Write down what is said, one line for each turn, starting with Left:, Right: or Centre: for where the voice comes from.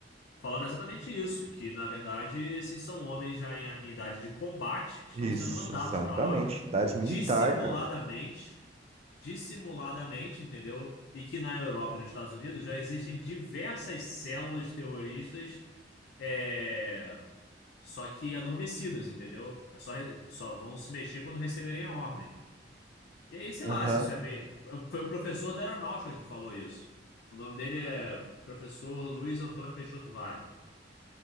Left: Falando exatamente isso, que na verdade esses são homens já em, em idade de combate que estão
Right: Isso,
Left: sendo mandados
Right: exatamente.
Left: para lá
Right: Idade
Left: dissimuladamente,
Right: militar, cara.
Left: dissimuladamente, entendeu? E que na Europa e nos Estados Unidos já existem diversas células terroristas, é, só que adormecidas, entendeu? É só, re- só vão se mexer quando receberem a ordem. E aí, sei
Right: Aham.
Left: lá se isso é meio. Foi o professor da aeronáutica que falou isso. O nome dele é professor Luiz Antônio Peixoto Vale.